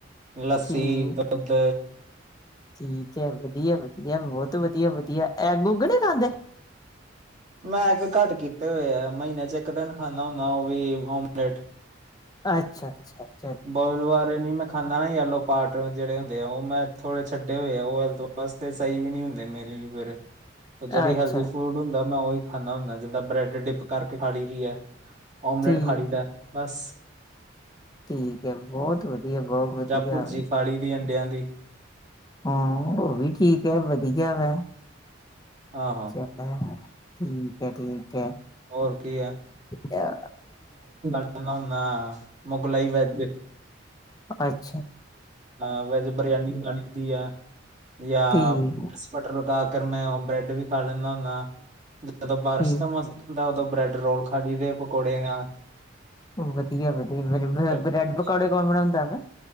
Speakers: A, on the right; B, on the left.
A: ਲੱਸੀ,
B: ਠੀਕ
A: ਦੁਧ
B: ਠੀਕ ਐ ਵਧੀਆ- ਵਧੀਆ ਬੋਤ ਵਧੀਆ- ਵਧੀਆ ਐਗ ਉਗ ਨੀ ਖਾਂਦੇ।
A: ਮੈ ਐਗ ਘੱਟ ਕੀਤੇ ਹੋਏ ਆ ਮਹੀਨੇ 'ਚ ਇੱਕ ਦਿਨ ਖਾਂਨਾ ਹੁੰਨਾ ਓ ਵੀ ਓਮਲੇਟ
B: ਅੱਛਾ-ਅੱਛਾ
A: <unintelligible> ਖਾਂਦਾ ਨੀ ਐਲੋ ਪਾਟ ਜਿਹੜੇ ਹੁੰਦੇ ਆ ਓ ਮੈਂ ਥੋੜੇ ਛੱਡੇ ਹੋਏ ਆ, ਓ ਹੈਲਥ ਵਾਸਤੇ ਸਈ ਵੀ ਨੀ ਹੁੰਦੇ ਮੇਰੇ ਫਿਰ ਜਿਹੜੀ
B: ਅੱਛਾ
A: ਹੈਲਦੀ ਫੂਡ ਹੁੰਦਾ ਮੈਂ ਉਈ ਖਾਂਦਾ ਹੁੰਨੈ ਜਿੱਦਾਂ ਬ੍ਰੈਡ ਡਿਪ ਕਰਕੇ ਖਾ ਲੀ ਦੀ ਐ ਓਮਲੇਟ
B: ਠੀਕ
A: ਖਾ ਲੀ ਦਾ ਬਸ
B: ਠੀਕ ਐ ਬੋਤ ਵਧੀਆ- ਬੋ ਵਧੀਆ
A: ਜਾਂ ਭੁਰਜੀ ਖਾ ਲਈ ਦੀ ਅੰਡਿਆਂ ਦੀ
B: ਹਾਂ ਓ ਵੀ ਠੀਕ ਐ ਵਧੀਆ ਵੇ।
A: ਆਹੋ।
B: ਠੀਕ ਐ, ਠੀਕ
A: ਹੋਰ ਕੀ
B: ਐ।
A: <unintelligible> ਮੁਗਲਈ ਵੈਜ ਏ।
B: ਅ <unintelligible>
A: ਹਾਂ, ਵੈਜ ਬਰਿਆਨੀ ਮੰਗਾ ਲੀੱਤੀ ਐ। ਯਾਂ,
B: ਠੀਕ
A: ਪ੍ਰੀਸ ਬਟਰ ਲਗਾਕੇ, ਮੈਂ ਉਹ ਬ੍ਰੈਡ ਵੀ ਖਾ ਲੀਂਨਾ ਹੁੰਨਾ। ਜਦੋਂ ਬਾਰਸ਼
B: ਠੀਕ
A: ਦਾ ਮੌਸਮ ਹੁੰਦਾ, ਉਦੋਂ ਬ੍ਰੈਡ-ਰੋਲ ਖਾਲੀ ਦੇ ਪਕੋੜੇ ਨਾਲ।
B: ਵਧੀਆ, ਵਧੀਆ। ਫਿਰ
A: ਕਰਕੇ।
B: ਬ੍ਰੈਡ ਪਕੌੜੇ ਕੌਣ ਬਣਾਂਦਾ ਵਾ?